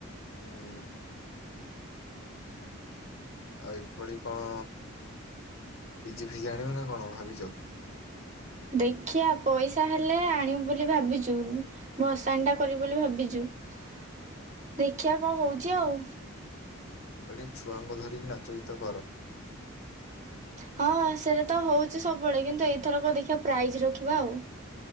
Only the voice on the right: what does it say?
ଦେଖିଆ, ପଇସା ହେଲେ ଆଣିବୁ ବୋଲି ଭାବିଚୁ, ଭସାଣି ଟା କରିବୁ ବୋଲି ଭାବିଚୁ। <inaudible> ଦେଖିଆ କଅ ହୋଉଚି ଆଉ।
ହଁ-ଅଁ, ସେଇଟା ତ ହୋଉଚି ସବୁବେଳେ, କିନ୍ତୁ ଏଇଥରକ ଦେଖିବା ପ୍ରାଇଜ ରଖିବା ଆଉ।